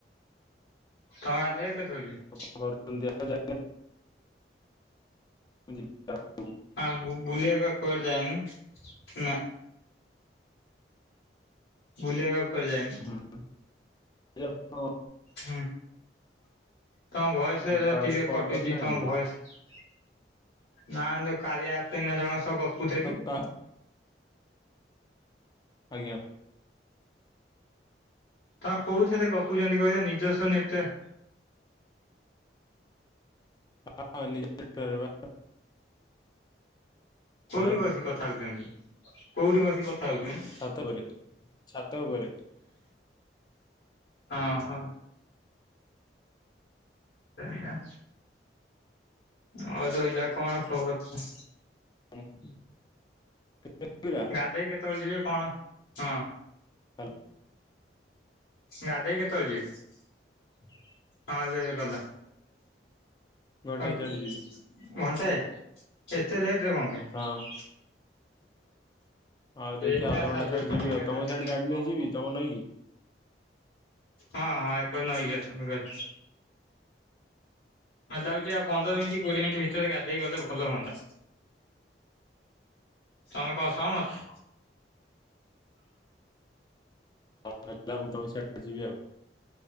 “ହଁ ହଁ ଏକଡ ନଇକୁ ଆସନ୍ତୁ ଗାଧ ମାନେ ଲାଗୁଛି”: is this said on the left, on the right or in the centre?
Left